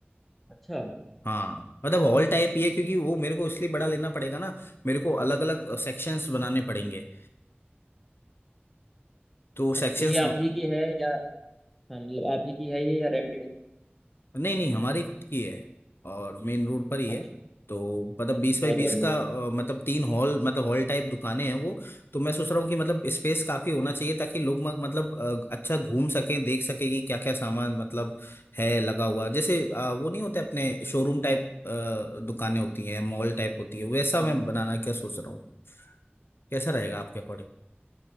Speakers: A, in the centre; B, on the left (about 65°).
A: अच्छा
B: हाँ मतलब हॉल टाइप ही है क्योंकि वो मेरे को इसलिए बड़ा लेना पड़ेगा ना मेरे को अलग अलग सेक्शंस बनाने पड़ेंगे तो
A: अच्छा
B: सेक्शंस
A: तो ये आप ही की है या हाँ मतलब आप ही की है ये या रेंटेड है
B: नहीं नहीं हमारी खुद की है और मेन रोड पर ही
A: अच्छा
B: है तो मतलब बीस
A: बहुत
B: बाई बीस
A: बढ़िया
B: का अ, मतलब तीन हॉल मतलब हॉल टाइप दुकानें हैं वो तो मैं सोच रहा हूँ कि मतलब स्पेस काफी होना चाहिए ताकि लोग मग- मतलब अ, अच्छा घूम सकें देख सके कि क्या क्या सामान मतलब है लगा हुआ जैसे अ, वो नहीं होते अपने शोरूम टाइप अ, दुकानें होती हैं मॉल टाइप होती है वैसा
A: हम्म
B: मैं बनाना क्या सोच रहा हूँ कैसा रहेगा आपके अकॉर्डिंग